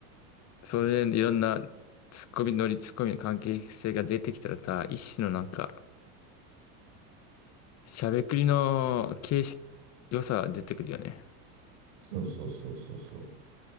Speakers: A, on the left; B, on the right.
A: それでいろんなツッコミ乗り、ツッコミの関係性が出てきたらさ、一種のなんか、しゃべくりの形式、良さが出てくるよね。
B: そうそうそうそうそ